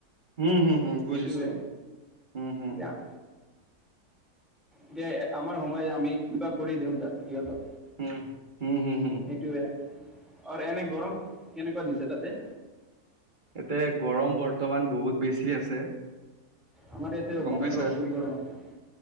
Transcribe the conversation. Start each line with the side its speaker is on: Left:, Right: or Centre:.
Right: উম, হুম, হুম, বুজিছো।
Centre: সেইটোয়ে।
Right: উম, হুম,
Centre: <unintelligible> এতিয়া আমাৰ সময় হে আমি কিবা কৰি দিম দেউতা'ক সিহঁতক।
Right: উমঁ হম হম হম।
Centre: সেইটোৱে আৰু এনেই গৰম কেনেকুৱা দিছে তা'তে?
Right: ইয়াতে গৰম বৰ্তমান বহুত বেছি আছে।
Centre: আমাৰ ইয়াতে
Right: গম
Centre: বহুত
Right: পাইছা?
Centre: গৰম আছে।